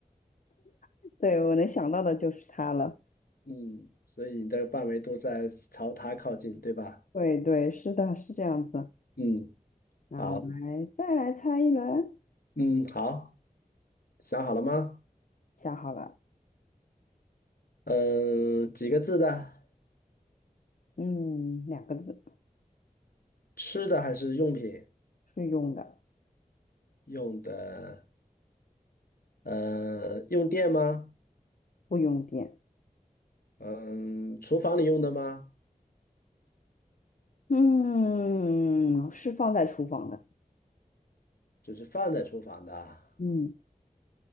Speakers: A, on the left (about 60°); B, on the left (about 85°).
A: <laughs> 对，我能想到的就是他了。
B: 嗯，所以你的范围都在朝它靠近，对吧？
A: 对对，是的，是这样子。
B: 嗯，
A: 那我们来再来猜一轮，
B: 好，嗯，好，想好了吗？
A: 想好了，
B: 嗯，几个字的？
A: 嗯，两个字，
B: 吃的还是用品？
A: 是用的，
B: 用的，呃，用电吗？
A: 不用电，
B: 嗯，厨房里用的吗？
A: 嗯，是放在厨房的，
B: 就是放在厨房的啊，
A: 嗯，